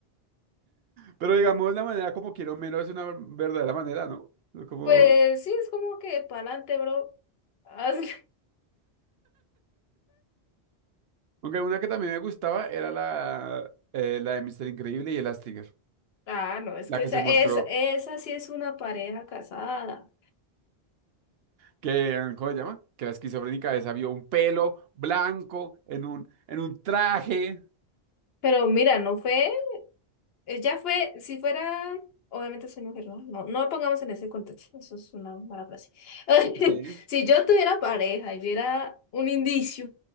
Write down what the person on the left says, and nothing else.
Pues sí, es como que pa'lante, bro. Hazle-
Ah, no, es
que
esa,
esa,
esa sí es una pareja casada.
Pero mira, no fue, ella fue, si fuera, obviamente soy mujer, no, no, no lo pongamos en ese contexto, eso es una mala frase. <laughs>
Si yo tuviera pareja y viera un indicio,